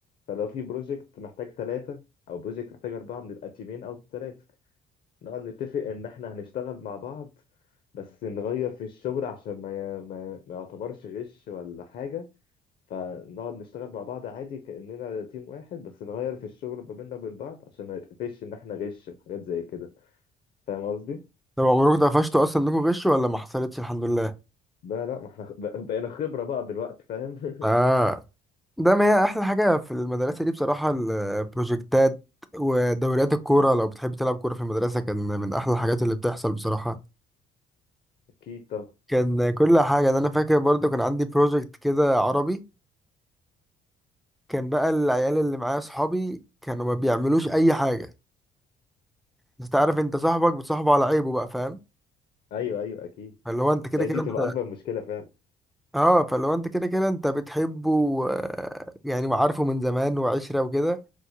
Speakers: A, on the left; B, in the centre.
A: فلو في بروجكت محتاج ثلاثة او بروجكت محتاج اربعة بنبقى تيمين او ثلاثة نقعد نتفق ان احنا هنشتغل مع بعض بس نغير في الشغل عشان ما ما ما يعتبرش غش ولا حاجة فنقعد نشتغل مع بعض عادي كأننا تيم واحد بس نغير في الشغل ما بيننا وبين بعض عشان ما يتقفش إن إحنا غش وحاجات زي كده فاهم قصدي؟
B: طب عمركم اتقفشتوا اصلا انكم غشوا ولا ما حصلتش الحمد لله
A: بقى لا ما إحنا خ- بق- بقينا خبرة بقى بالوقت فاهم؟ <laughs>
B: اه ده ما هي احلى حاجه في المدرسه دي بصراحه البروجكتات ودوريات الكوره لو بتحب تلعب كوره في المدرسه كان من احلى الحاجات اللي بتحصل بصراحه
A: أكيد طبعا
B: كان كل حاجة ده أنا فاكر برضو كان عندي بروجكت كده عربي كان بقى العيال اللي معايا صحابي كانوا ما بيعملوش أي حاجة بس أنت عارف أنت صاحبك بتصاحبه على عيبه بقى فاهم
A: أيوه أيوه أكيد
B: فاللي هو أنت كده
A: هي
B: كده
A: دي تبقى
B: أنت
A: أكبر مشكلة فعلا
B: أه فاللي هو أنت كده كده أنت بتحبه آه، يعني وعارفه من زمان وعشرة وكده